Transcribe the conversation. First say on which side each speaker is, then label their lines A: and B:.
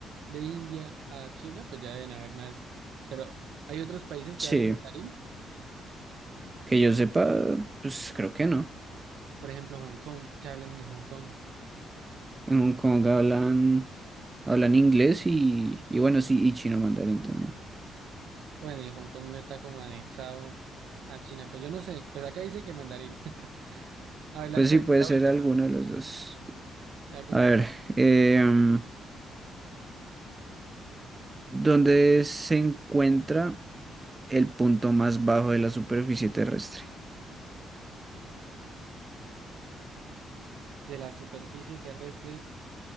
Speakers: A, on the right; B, on the right.
A: de India a China, pues ya deben haber más. Pero hay otros países
B: Sí,
A: que hablan mandarín,
B: que yo sepa, pues creo que no.
A: por ejemplo, Hong Kong, que hablan en Hong Kong.
B: En Hong Kong hablan, hablan inglés y, y bueno, sí, y chino mandarín también.
A: Bueno, y Hong Kong no está como anexado a China, pues yo no sé, pues acá dice que mandarín. <laughs> A ver, lánzame
B: Pues sí, puede
A: tú la
B: ser
A: última.
B: alguno de los dos.
A: Ya como
B: A ver, em,
A: de,
B: ¿dónde se encuentra el punto más bajo de la superficie terrestre?
A: de la superficie terrestre,